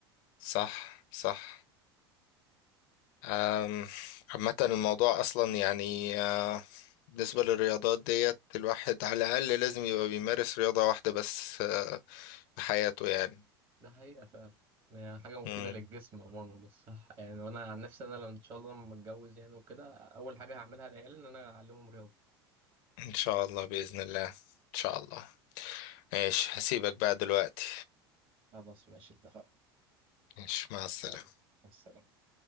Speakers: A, on the left; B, on the right.
A: صح صح أم، عامة الموضوع أصلا يعني آه، بالنسبة للرياضات ديت الواحد على الأقل لازم يبقى بيمارس رياضة واحدة بس آه، في حياته يعني
B: ده حقيقة فعلا يعني حاجة مفيدة
A: مم.
B: للجسم عموما وللصحة <laughs> يعني وانا عن نفسي انا لو ان شاء الله لما اتجوز يعني وكده اول حاجة هعملها للعيال ان انا اعلمهم رياضة
A: إن شاء الله بإذن الله إن شاء الله ماشي هسيبك بقى دلوقتي
B: خلاص ماشي اتفقنا
A: ماشي مع السلامة
B: يلا، مع السلامة